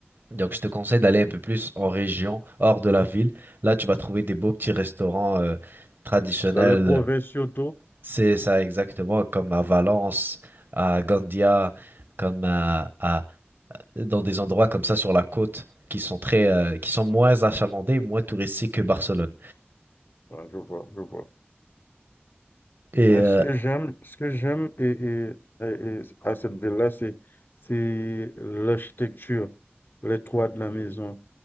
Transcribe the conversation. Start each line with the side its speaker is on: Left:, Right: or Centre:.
Right: Donc je te conseille d'aller un peu plus en région, hors de la ville. Là, tu vas trouver des beaux petits restaurants euh, traditionnels.
Left: dans les provinces surtout.
Right: C'est ça exactement comme à Valence, à Gandia, comme à, à dans des endroits comme ça sur la côte qui sont très euh, qui sont moins achalandés, moins touristiques que Barcelone.
Left: Ah, je vois, je vois.
Right: Et
Left: Mais
Right: euh,
Left: ce que j'aime, ce que j'aime et, et- et- et à cette ville-là, c'est c'est l'architecture, les toits de la maison.